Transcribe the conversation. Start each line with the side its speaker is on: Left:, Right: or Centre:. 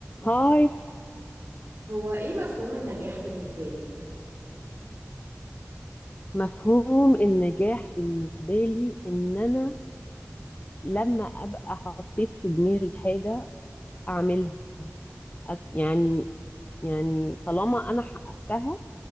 Left: هاي
Right: هو ايه مفهوم النجاح بالنسبة لك؟
Left: مفهوم النجاح بالنسبة لي إن أنا لما أبقى حطيت في دماغي حاجة أعملها أت- يعني يعني طالما أنا حققتها